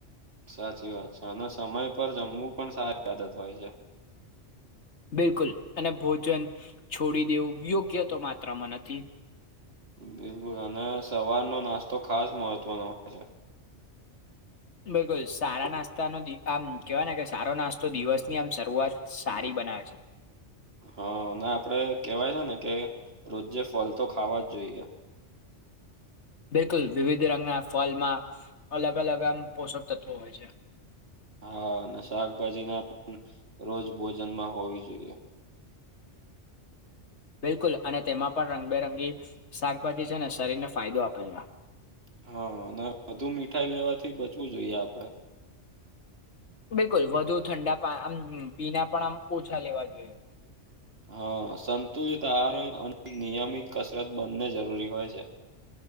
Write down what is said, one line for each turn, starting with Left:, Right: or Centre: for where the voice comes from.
Right: સાચી વાત છે અને સમય પર જમવું પણ સારી આદત હોય છે.
Left: બિલકુલ અને ભોજન છોડી દેવું યોગ્ય તો માત્રામાં નથી.
Right: બિલકુલ અને સવારનો નાસ્તો ખાસ મહત્વનો છે.
Left: બિલકુલ સારા નાસ્તાનો આમ કેવાય ને કે સારો નાસ્તો દિવસની આમ શરૂઆત સારી બનાવે છે.
Right: હા અને આપડે કેહેવાય છે ને કે રોજે ફલ તો ખાવા જ જોઈએ
Left: બિલકુલ વિવિધ રંગના ફલમાં અલગ અલગ આમ પોષક તત્વો હોય છે.
Right: હા અને શાકભાજી ના પણ રોજ ભોજનમાં હોવી જોઈએ
Left: બિલકુલ અને તેમાં પણ રંગબેરંગી શાકભાજી છે ને શરીરને ફાયદો આપે છે.
Right: હા અને બધું મીઠાઈ લેવાથી બચવું જોઈએ આપડે
Left: બિલકુલ વધુ ઠંડા પા આમ પીના પણ આમ ઓછા લેવા જોઈએ
Right: હા સંતુલિત આહરણ અને નિયમિત કસરત બંને જરૂરી હોય છે